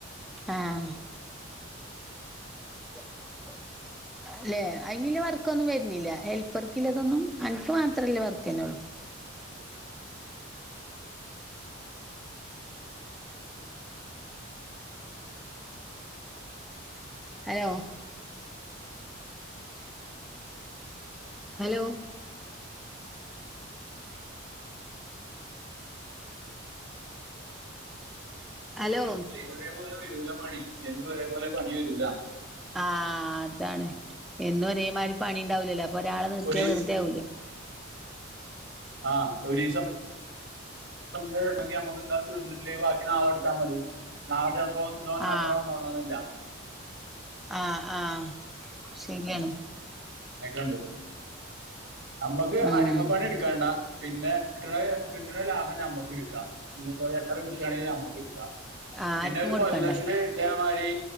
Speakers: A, in the centre; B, on the right (about 55°).
A: ആഹ് <inaudible> ല്ലെ അയിന്ല് വർക്കൊന്നും വരുന്നില്ല ഹെൽപ്പർക്കില്ലതൊന്നും അനിക്ക് മാത്രല്ലേ വർക്ക്ന്നൊള്ളൂ ഹലോ ഹലോ ഹലോ
B: എന്നും ഒരേപോലെ വരൂല പണി എന്നും ഒരേപോലെ പണി വരൂല
A: ആഹ് അതാണ് എന്നും ഒരേമാതിരി പണി ഉണ്ടാവൂലല്ലോ അപ്പൊ ഒരാളെ നിർത്തിയാ
B: ഒരു
A: വെറുതെ ആവൂലേ
B: ആഹ് ഒരീ സം <unintelligible> ങ്കിൽ നമുക്ക് ന്താ തീർന്നിട്ടില്ലേ ബാക്കി നാളെ എടുത്താ മതി നാളെ ചെലപ്പോ ഇന്ന് വന്ന
A: ആ
B: അത്രോം വന്നോളണന്നില്ല
A: ആഹ് ആഹ് ശരിയാണ്
B: അങ്ങനൊക്കേണ്ട് ഞമ്മക്ക്
A: ഉം
B: അടിമപ്പണി എടുക്ക ക്കേണ്ട പിന്നെ കിട്ടണ കിട്ടണ ലാഭം ഞമ്മക്ക് എടുക്കാം പിന്നിപ്പോ എത്ര കുട്ടിയാണെങ്കെലും നമ്മുക്ക് എടുക്കാ
A: ആ
B: പിന്നെ
A: ആർക്കും
B: ഒരു
A: കൊടുക്കണ്ട
B: കൊല്ലത്തില് അതേമാതിരി